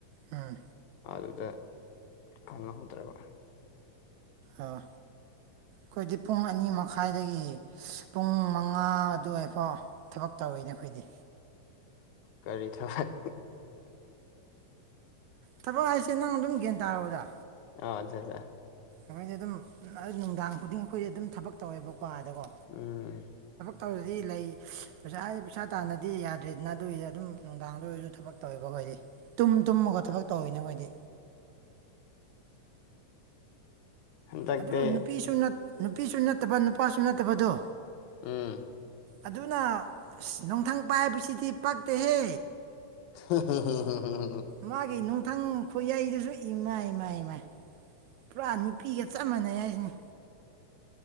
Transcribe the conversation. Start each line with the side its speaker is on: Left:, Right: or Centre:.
Right: ꯎꯝ
Left: ꯑꯗꯨꯗ ꯈꯪꯍꯧꯗ꯭ꯔꯕ
Right: ꯑꯥ ꯈꯣꯏꯗꯤ ꯄꯨꯡ ꯑꯅꯤ ꯃꯈꯥꯏꯗꯒꯤ ꯄꯨꯡ ꯃꯉꯥ ꯑꯗꯨꯋꯥꯏꯐꯥꯎ ꯊꯕꯛ ꯇꯧ ꯇꯧꯋꯦꯅꯦ ꯑꯈꯣꯏꯗꯤ
Left: ꯀꯔꯤ ꯊꯕꯛ
Right: ꯊꯕꯛ ꯍꯥꯏꯁꯦ ꯅꯪ ꯑꯗꯨꯝ ꯒ꯭ꯌꯥꯟ ꯇꯔꯣꯗ
Left: ꯑꯣ ꯖꯥ ꯖꯥ
Right: ꯑꯩꯈꯣꯏꯗꯤ ꯑꯗꯨꯝ ꯅꯨꯡꯗꯥꯡ ꯈꯨꯗꯤꯡ ꯑꯩꯈꯣꯏꯗꯤ ꯑꯗꯨꯝ ꯊꯕꯛ ꯇꯧꯋꯦꯕꯀꯣ ꯑꯗꯀꯣ
Left: ꯎꯝ
Right: ꯇꯧꯔꯗꯤ ꯂꯩ ꯄꯩꯁꯥ ꯄꯩꯁꯥ ꯇꯥꯟꯗꯔꯥꯗꯤ ꯌꯥꯗ꯭ꯔꯦꯗꯅ ꯑꯗꯨꯒꯤꯗꯤ ꯑꯗꯨꯝ ꯅꯨꯡꯗꯥꯡꯗ ꯑꯣꯏꯔꯁꯨ ꯊꯕꯛ ꯇꯧꯋꯦꯕꯀꯣ ꯇꯨꯝ ꯇꯨꯝꯃꯒ ꯊꯕꯛ ꯇꯧꯋꯤꯅꯦ ꯑꯈꯣꯏꯗꯤ
Left: ꯍꯟꯗꯛꯇꯤ
Right: ꯑꯗꯨꯕꯨ ꯅꯨꯄꯤꯁꯨ ꯅꯨꯄꯤꯁꯨ ꯅꯠꯇꯕ ꯅꯨꯄꯥꯁꯨ ꯅꯠꯇꯕꯗꯣ
Left: ꯎꯝ
Right: ꯑꯗꯨꯅ ꯑꯁ ꯅꯨꯡꯊꯪ ꯄꯥꯏꯕꯁꯤꯗꯤ ꯄꯥꯛꯇꯦꯍꯦ
Left: ꯍꯦ ꯍꯦ ꯍꯦ
Right: ꯃꯥꯒꯤ ꯅꯨꯡꯊꯪ ꯈꯨꯏꯌꯥꯩꯗꯁꯨ ꯏꯃꯥꯢ ꯏꯃꯥꯢ ꯏꯃꯥꯏ ꯄꯨꯔꯥ ꯅꯨꯄꯤꯒ ꯆꯞ ꯃꯥꯟꯅꯩ ꯍꯥꯏꯁꯤꯅꯦ